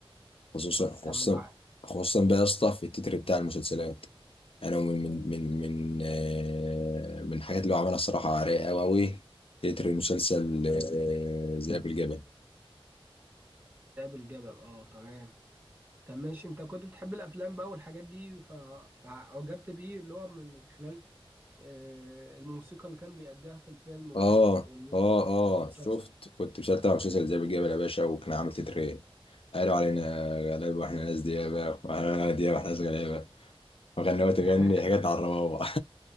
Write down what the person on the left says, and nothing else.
خصوصا
خصوصا
خصوصا بقى يا اسطى في التتر بتاع المسلسلات انا من من من من آه، من الحاجات اللي هو عملها الصراحه رايقه قوي قوي تتر مسلسل آه، ذئاب الجبل
اه
اه اه
شفت كنت مسلسل تبع مسلسل ذئاب الجبل يا باشا وكان عامل تتر ايه قالوا علينا غلابه واحنا ناس ديابه واحنا ديابه واحنا ناس غلابه وغنوه تغني
حاجات على الربابه